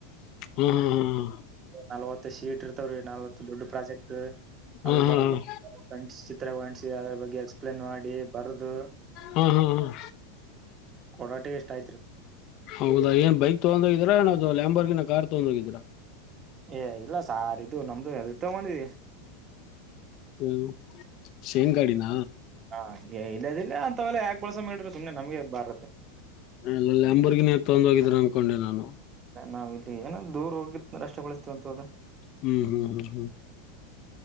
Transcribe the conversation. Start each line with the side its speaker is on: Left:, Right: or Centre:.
Left: ಹ್ಮ್ ಹ್ಮ್ ಹ್ಮ್್ಮ
Right: ನಲ್ವತ್ ಶೀಟ್ ಇರ್ತವ್ರೀ ನಲ್ವತ್ ದೊಡ್ ಪ್ರಾಜೆಕ್ಟ್
Left: ಹ್ಮ್
Right: ಅವು
Left: ಹ್ಮ್ ಹ್ಮ್
Right: ಬರ್ಕೊಂಡ
Left: ಹ್ಮ್
Right: ಚಿತ್ರ ಅದ್ರ ಬಗ್ಗೆ ಎಕ್ಸ್ಪ್ಲೇನ್ ಮಾಡಿ ಬರದು
Left: ಹ್ಮ್ ಹ್ಮ್ ಹ್ಮ್
Right: ಕೊಡಾಟ ಎಷ್ಟ ಆಯ್ತ್ರಿೀ
Left: ಹೌದಾ ಏನ್ ಬೈಕ್ ತಗೊಂಡ ಹೋಗೀರಾ ನಾವವು ಯಾಂಬರ್ಗೆ ನ ಕಾರ್ ತಗೊಂಡ ಹೋಗಿದ್ರಾ
Right: ಏ ಇಲ್ಲ ಸಾರ್ ಇದು ನಮ್ದು ಅ ಇ ತಂಬಂದಿ
Left: ಹ್ಮ್ ಶೇಂಗಾಡಿನ
Right: ಹಾ ಇಲ್ಲದಿಲ್ಲ ಅಂತವೆಲ್ಲ ಯಾಕೆ ಬಳ್ಸ ಮ್ರಿ ಸುಮ್ನೆ ನಮ್ಗೆ ಬಾರತ್ತ
Left: ಎಲ್ಲ ಎಂಬರ್ಗಿನೇ ತೊೊಂಡ ಹೋಗಿದ್ರ ಅನ್ಕೊಂಡೆ ನಾನು
Right: ನಾವ್ ಇಲ್ಲಿ ಏನ ದೂರ್ ಹೋಗಿತ್ತುಂದ್ರ ರಷ್ಟ ಬೆಳಸ್ತೀವಂತ ಅಲ್ಲ
Left: ಹ್ಮ್ ಹ್ಮ್ ಹ್ಮ್ ಹ್ಮ್